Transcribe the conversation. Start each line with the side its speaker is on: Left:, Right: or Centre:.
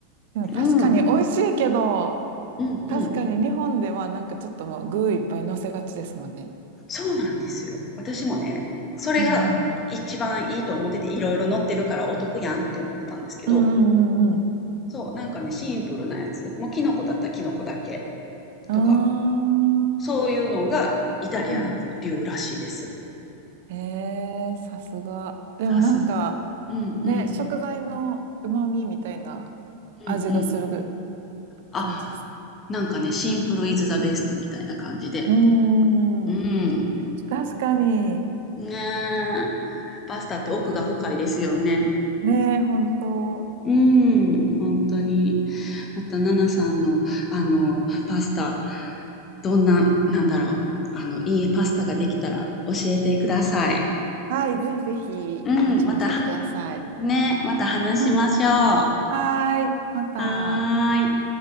Right: でも確かに美味しいけど、
Left: う。うん。うんうん。
Right: 確かに日本ではなんかちょっともう具いっぱい乗せがちですもんね。
Left: そうなんですよ。私もね、それが一番いいと思ってていろいろ乗ってるからお得やんって思ってたんですけど、
Right: うんうんうん。うんうんうんうん。
Left: そう、なんかね、シンプルなやつ。もうキノコだったらキノコだけ
Right: ああ
Left: とか。そういうのがイタリア流らしいです。
Right: うん。へえ、さすが。でもなんか、
Left: さす。うんうん。
Right: ね、食材の旨味みたいな味がする
Left: うんうん。あ、
Right: 感じです。
Left: なんかね、シンプルイズザベストみたいな感じで。
Right: うーん、
Left: うん。
Right: 確かに、
Left: ねえ。パスタって奥が深いですよね。
Right: わかる。ねえ、本当。
Left: うん、本当に。また、ナナさんの、あの、パスタ、どんな、なんだろう。あの、いいパスタができたら教えてください。
Right: はい、ぜひぜひ、
Left: うん、
Right: こっちも教えてください。
Left: また、ね、また話しましょう。
Right: うん。
Left: は
Right: はーい、また。
Left: ーい。